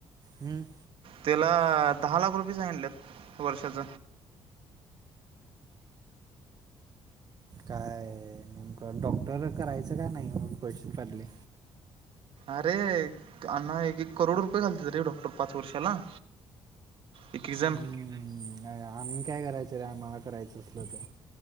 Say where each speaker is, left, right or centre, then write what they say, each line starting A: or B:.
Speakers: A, on the right (about 40°); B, on the right (about 65°).
A: हम्म
B: त्याला दहा लाख रुपये सांगितलेत वर्षाच
A: काय नेमकं डॉक्टर करायचं का नाही पैसे काढले
B: अरे अण्णा एक करोड रुपये घालतेत रे डॉक्टर पाच वर्षाला एक एक जण
A: हम् आम्ही काय करायच रे आम्हाला करायचं असल तर